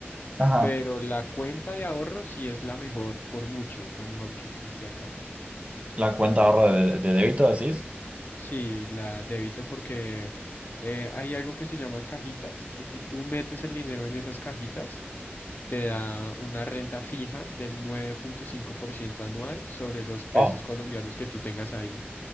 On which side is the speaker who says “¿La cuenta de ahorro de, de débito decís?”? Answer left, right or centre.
Right